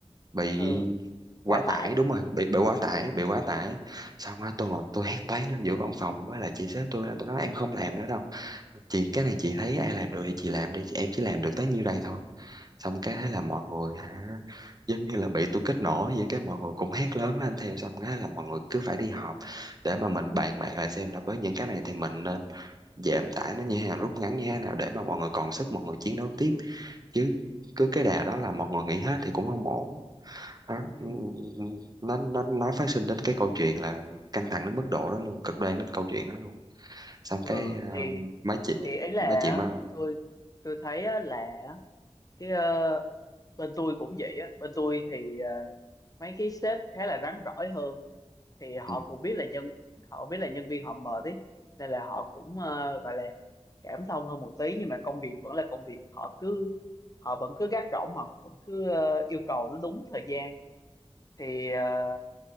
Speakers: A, on the right; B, on the left.
A: bị
B: ừ
A: quá
B: quá tải
A: tải đúng rồi bị bị quá tải bị quá tải xong á tôi ngồi tôi hét toáng lên giữa văn phòng với lại chị sếp tôi là tôi nói em không làm nữa đâu chị cái này chị thấy ai làm được thì chị làm đi em chỉ làm được tới nhiêu đây thôi xong cái thế là mọi người hả giống như là bị tôi kích nổ vậy cái mọi người cũng hét lớn lên theo xong cái là mọi người cứ phải đi họp để mà mình bàn bạc lại xem là với những cái này thì mình nên giảm tải nó như thế nào rút ngắn như thế nào để mà mọi người còn sức mọi người chiến đấu tiếp chứ cứ cái đà đó là mọi người nghỉ hết thì cũng không ổn đó,
B: ừ
A: ừ, ừ, ừ. nó nó nó phát sinh đến cái câu chuyện là căng thẳng đến mức độ đó luôn cực đoan đến câu chuyện đó luôn xong
B: ừ
A: cái à,
B: thì
A: mấy chị
B: thì ấy là
A: mấy chị
B: á,
A: mà
B: tôi tôi thấy á là á, cái ờ, bên tôi cũng vậy á bên tôi thì ờ, mấy cái sếp khá là rắn rỏi hơn thì họ
A: ừ,
B: cũng biết là nhân họ biết là nhân viên họ mệt ý nên là họ cũng ờ, gọi là cảm thông hơn một tí nhưng mà công việc vẫn là công việc họ cứ họ vẫn cứ gác gỏng họ vẫn cứ ờ, yêu cầu nó đúng thời gian thì ờ,